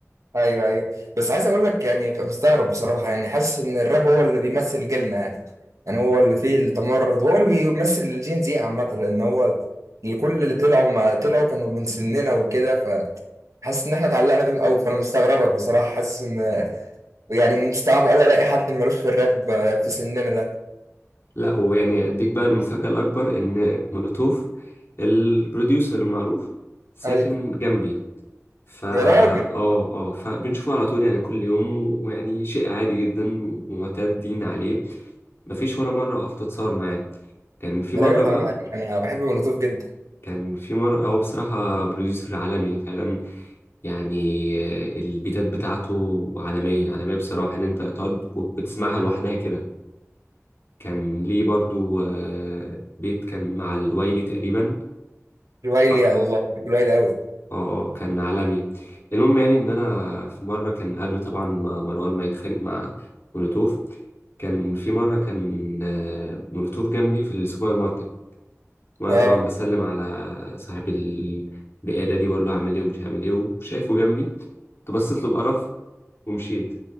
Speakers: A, on the right; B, on the left.
A: ايوه ايوه بس عايز اقول لك يعني كنت مستغرب بصراحه يعني حاسس ان الراب هو اللي بيمثل جيلنا يعني يعني هو اللي فيه التمرد هو اللي بيمثل الجين زي عامه لان هو اللي- كل اللي طلعوا ما طلعوا كانوا من سننا وكده فحاسس ان احنا اتعلقنا بيهم قوي فانا مستغربك بصراحه حاسس ان يعني مستعب قوي الاقي حد ملوش في الراب آه، في سننا ده
B: لا ويعني اديك بقى المفاجاه الاكبر ان مولوتوف البروديوسر المعروف ساكن
A: ايوه
B: جنبي فا
A: يا راجل
B: اه اه فبنشوفه على طول يعني كل يوم ويعني شيء عادي جدا ومعتادين عليه مفيش ولا مرة وقفت اتصور معاه كان في مرة
A: يا راجل
B: بقى
A: حرام عليك انا بحب مولوتوف جدا
B: كان في مرة هو بصراحة بروديوسر عالمي فعلا يعني آه، البيتات بتاعته عالمية عالمية بصراحة ان انت تقعد وتسمعها لوحدها كده كان ليه برضو آه، بيت كان مع الوايلي تقريبا
A: الويلي
B: صح؟
A: يا الله بحب الويلي قوي
B: اه آه، كان عالمي المهم يعني ان انا في مره كان قبل طبعا ما مروان ما يتخانق مع مولوتوف كان في مره كان آه، مولوتوف جنبي في السوبر ماركت وانا
A: اه
B: طبعا بسلم على صاحب ال- البقاله دي بقول له هعمل ايه ومش هعمل ايه وشايفه جنبي كنت بصيت له بقرف ومشيت